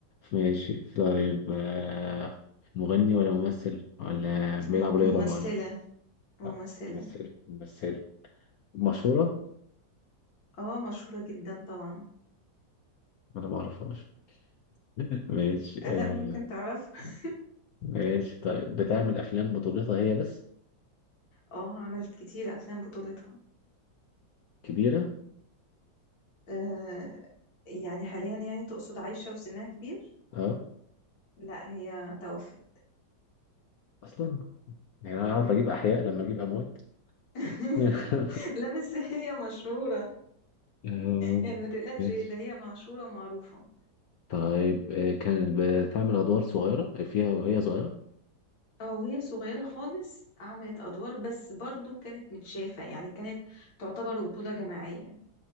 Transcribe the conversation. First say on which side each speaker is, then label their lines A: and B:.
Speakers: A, on the left; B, on the left.
A: ماشي طيب آه مغني ولا ممثل ولا بيلعب
B: م-
A: رياضة
B: ممثله
A: معينة
B: ممثله
A: آه. ممثل ممثل مشهورة
B: اه مشهوره جدا طبعا
A: أنا ما أعرفهاش <laughs> ماشي
B: آه،
A: آه.
B: لا ممكن تعرف <laughs>
A: ماشي طيب بتعمل أفلام بطولتها هي بس
B: اه عملت كتير افلام بطولتها
A: كبيرة
B: أه... يعني حاليا يعني تقصد عايشه وسنها كبير
A: اه
B: لا هي توفت
A: اصلا يعني انا
B: مهم.
A: اعرف اجيب احياء لما اجيب اموات
B: <laughs>
A: <laughs>
B: لا بس هي مشهورة
A: آه،
B: يعني ما تقلقش
A: ماشي
B: ده هي معشورة ومعروفة
A: طيب آه، كانت بتعمل ادوار صغيرة فيها وهي صغيرة
B: او هي صغيرة خالص عملت ادوار بس برضو كانت متشافة يعني كانت تعتبر بطولة جماعية